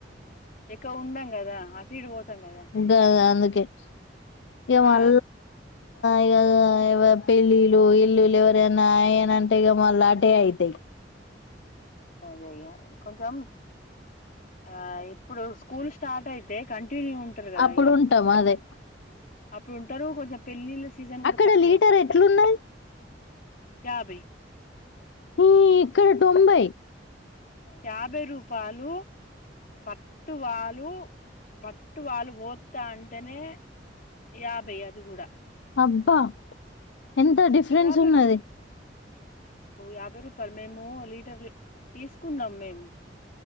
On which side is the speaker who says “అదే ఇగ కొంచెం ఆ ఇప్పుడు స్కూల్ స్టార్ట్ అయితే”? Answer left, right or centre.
Left